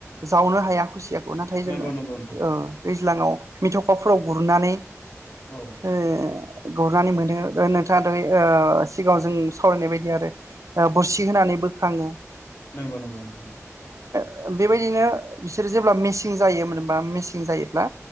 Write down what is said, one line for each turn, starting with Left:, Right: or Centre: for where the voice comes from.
Right: जावनो हाया खुसिया नाथाय
Left: नंगौ
Right: जोङो
Left: नंगौ नोंथां नंगौ
Right: ओ दैज्लाङाव मिथखा फ्राव गुरनानै
Left: औ
Right: ओ। गुरनानै मोनो ओ नोंथाङा दायो ओ सिगाङाव जों सावरायनाय बायदि आरो ओ बोरसि होनानैबो खाङो
Left: नोंगौ नोंगौ नोंथां
Right: ओ बेबायदिनो ओ बिसोरो जेब्ला मेसिं जायोमोनबा मेसिं जायोब्ला